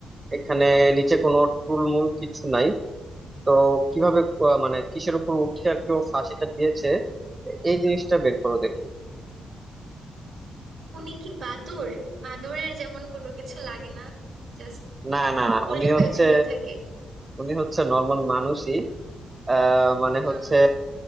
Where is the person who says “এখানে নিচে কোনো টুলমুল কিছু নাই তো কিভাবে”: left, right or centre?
Right